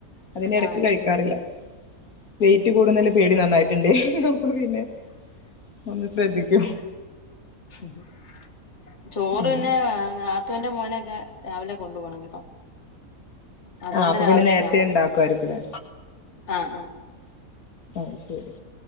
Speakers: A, on the left; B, on the left.
A: അതിനെടക്ക്
B: ആഹ്
A: കയിക്കാറില്ല. വെയിറ്റ് കൂടുന്നല്ല പേടി നന്നായിട്ടിണ്ട് അപ്പൊ പിന്നെ ഒന്ന് ശ്രദ്ധിക്കും.
B: ഉം ഉം ചോറ്
A: ഉം
B: തന്നെ ആങ്ങള നാത്തൂന്റെ മോനക്കെ രാവിലെ കൊണ്ടു പോണം കേട്ടോ. അതോണ്ട്
A: ആഹ് അപ്പൊ
B: രാവിലങ്ങാവും
A: പിന്നെ നേരത്തെ ഉണ്ടാക്കുമായിരിക്കുംല്ലേ
B: ആഹ് ആഹ്
A: അഹ് ശരി